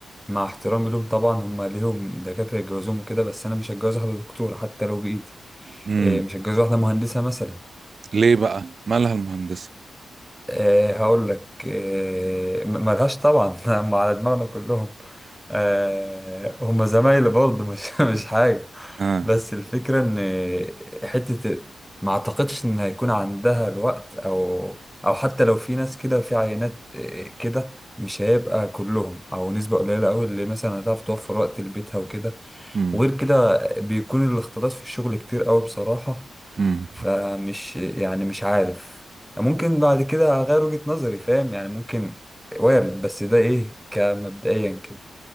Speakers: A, in the centre; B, on the right (about 50°).
A: مع احترامي لهم طبعا هم ليهم دكاتره يتجوزوهم وكده بس انا مش هتجوز واحده دكتوره حتى لو بايدي
B: امم
A: إيه مش هتجوز واحده مهندسه مثلا
B: ليه بقى مالها المهندسة
A: آه، هقول لك آه، م- ملهاش طبعا <laughs> هم على دماغنا كلهم آه، هم زمايلي برضه مش <laughs> مش حاجة
B: اه
A: بس الفكرة إن حتة ما أعتقدش إن هيكون عندها الوقت أو أو حتى لو في ناس كده في عينات آه، كده مش هيبقى كلهم أو نسبة قليلة أوي اللي مثلا هتعرف توفر وقت لبيتها وكده
B: امم
A: وغير كده بيكون الاختلاط في الشغل كتير أوي بصراحة
B: امم
A: فمش يعني مش عارف ممكن بعد كده اغير وجهة نظري فاهم يعني ممكن وارد بس ده ايه كمبدئيا كده